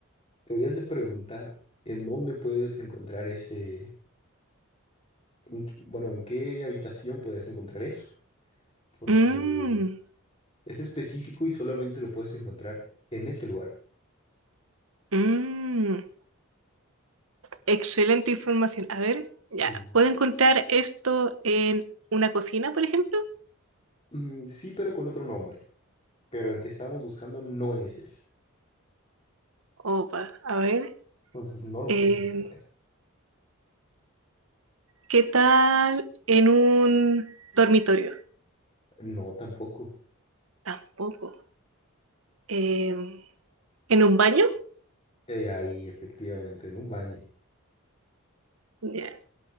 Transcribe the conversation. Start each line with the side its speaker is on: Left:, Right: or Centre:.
Left: Deberías de preguntar en dónde puedes encontrar ese, en qué- bueno, en qué habitación podrías encontrar eso, porque
Right: Mm,
Left: es específico y solamente lo puedes encontrar en ese lugar.
Right: mm, excelente información. A ver, ya.
Left: Dices,
Right: ¿Puedo encontrar esto en una cocina, por ejemplo?
Left: "Mm, sí, pero con otro nombre. Pero el que estamos buscando no es ese.
Right: Opa, a ver.
Left: Entonces no lo
Right: em,
Left: puedes encontrar ahí.
Right: ¿qué tal en un dormitorio?
Left: No, tampoco.
Right: Tampoco. Em, ¿en un baño?
Left: Eh, ahí, efectivamente, en un baño.
Right: Ya.